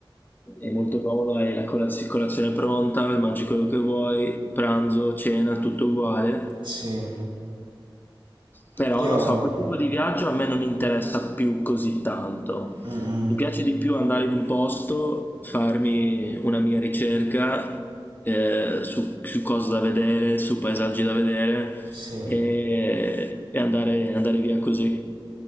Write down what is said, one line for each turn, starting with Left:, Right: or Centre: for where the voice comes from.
Left: è molto comodo, hai la colaz colazione pronta, mangi quello che vuoi, pranzo, cena, tutto uguale.
Right: Sì.
Left: Però
Right: Io...
Left: non so, quel tipo di viaggio a me non interessa più così tanto.
Right: Mm, mm.
Left: Mi piace di più andare in un posto, farmi una mia ricerca eh, su, su cose da vedere, su paesaggi da vedere
Right: Sì.
Left: e, e andare, andare via così.